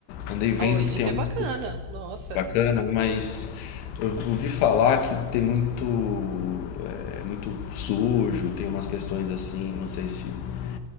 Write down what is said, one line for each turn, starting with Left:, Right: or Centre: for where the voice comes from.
Left: andei vendo
Right: Ah, hoje
Left: que tem alguns.
Right: é bacana. Nossa.
Left: bacana, mas eu ouvi falar que tem muito, é, muito sujo, tem umas questões assim, não sei se o